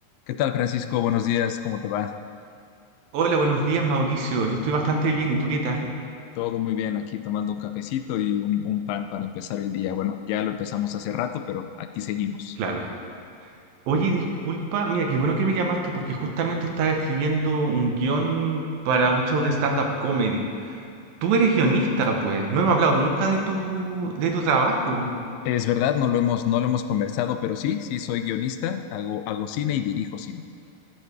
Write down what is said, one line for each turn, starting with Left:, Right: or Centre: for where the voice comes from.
Left: ¿Qué tal, Francisco? Buenos días, ¿cómo te va?
Right: Hola, buenos días, Mauricio. Yo estoy bastante bien, ¿y tú qué tal?
Left: Todo muy bien aquí, tomando un cafecito y un, un pan para empezar el día. Bueno, ya lo empezamos hace rato, pero aquí seguimos.
Right: Claro. Oye, disculpa, mira, qué bueno que me llamaste porque justamente estaba escribiendo un guión para un show de stand-up comedy. Tú eres guionista, pues. No hemos hablado nunca de tu, de tu trabajo.
Left: Es verdad, no lo hemos, no lo hemos conversado, pero sí, sí soy guionista, hago, hago cine y dirijo cine.